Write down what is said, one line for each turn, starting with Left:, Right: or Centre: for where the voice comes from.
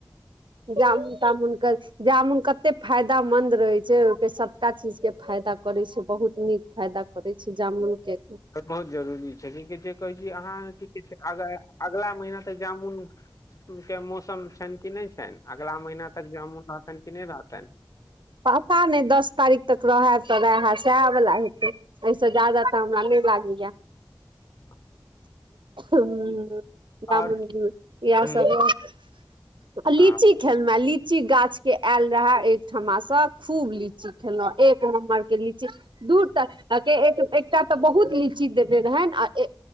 Right: जामुन तामुन के जामुन कते फायदामन्द रहैत छै ओहिके सबटा चीज के फायदा करैत छै बहुत नीक फायदा करैत छै जामुन के
Left: बहुत जरुररी छै की कहै छै कहै छी अहाँके किछ अगर अगला महिना तऽ जामुन के मौसम छनि कि नहि छनि अगिला महिना तक जामुन रहतनि कि नहि रहतनि
Right: पता नहि दस तारीख तक रहय तऽ रहय सएह बला हेतै एहिसे ज्यादा तऽ हमरा नहि लागैये
Left: <inaudible>
Right: हूंम्म जामुन
Left: आओर
Right: इएह
Left: हुं
Right: सब रहतै लीची
Left: आ
Right: खेलुहें लीची गाछ के आयल रहे ठुमासँ खूब लीची खेलहुँ एक नम्बर के लीची दूर तऽ के एकटा तऽ बहुत नीक ची <unintelligible> देने रहैन आ ए